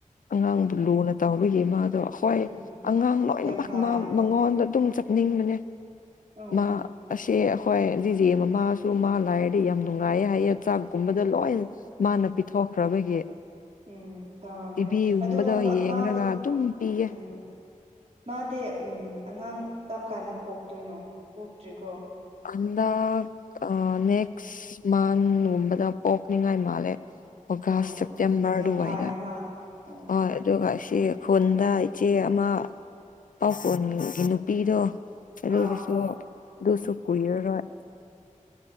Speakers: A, on the left (about 80°); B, on the right (about 50°).
A: ꯑꯉꯥꯡꯗꯨ ꯂꯨꯅ ꯇꯧꯕꯒꯤ ꯃꯥꯗꯣ ꯍꯣꯏ
B: ꯎꯝ
A: ꯑꯉꯥꯡ ꯂꯣꯏꯅꯃꯛ
B: ꯌꯥꯝ ꯐꯥꯏꯅ
A: ꯃꯥ ꯃꯉꯣꯟꯗ ꯑꯗꯨꯝ ꯅꯤꯡꯕꯅꯦ
B: ꯎꯝ
A: ꯃꯥ ꯑꯁꯦ ꯑꯩꯈꯣꯏ ꯖꯤꯖꯦ ꯃꯃꯥ ꯁꯨ ꯃꯥ ꯂꯥꯏꯔꯗꯤ ꯌꯥꯝ ꯅꯨꯡꯉꯥꯏꯌꯦ ꯍꯥꯏꯌꯦ ꯆꯥꯛꯀꯨꯝꯕꯗ ꯂꯣꯏ ꯃꯥꯅ ꯄꯤꯊꯣꯛꯈ꯭ꯔꯕꯒꯤ
B: ꯎꯝ ꯆꯥꯎꯥꯎꯔꯝꯒꯅꯤ
A: ꯇꯤꯚꯤꯒꯨꯝꯕꯗ
B: ꯑꯗꯨꯒ
A: ꯌꯦꯡꯔꯒ
B: ꯃꯥ
A: ꯑꯗꯨꯝ ꯄꯤꯌꯦ
B: ꯎꯝ ꯃꯥꯗꯤ ꯎꯝ ꯑꯉꯥꯡ ꯀꯔꯝ ꯀꯥꯟꯗ ꯄꯣꯛꯇꯣꯏꯅꯣ ꯄꯣꯛꯇ꯭ꯔꯤꯀꯣ
A: ꯍꯟꯗꯛ ꯑꯥ ꯅꯦꯛꯁ ꯃꯟꯒꯨꯝꯕꯗ ꯄ‌ꯣꯛꯅꯤꯡꯉꯥꯏ ꯃꯥꯜꯂꯦ ꯑꯣꯒꯁ
B: ꯑꯣ
A: ꯁꯦꯞꯇꯦꯝꯕꯔ
B: ꯑꯣ ꯌꯥꯝ
A: ꯑꯗꯨꯋꯥꯏꯗ
B: ꯐꯥꯏꯅ ꯎꯝ
A: ꯍ ꯑꯗꯨꯒ <unintelligible> ꯈꯨꯟꯗ ꯏꯆꯦ ꯑꯃ ꯄꯥꯎꯈꯣꯟꯒꯤ ꯅꯨꯄꯤꯗꯣ ꯑꯗꯨꯗꯨꯁꯨ
B: ꯑꯥꯎ
A: ꯑꯗꯨꯁꯨ ꯀꯨꯏꯔꯔꯣꯏ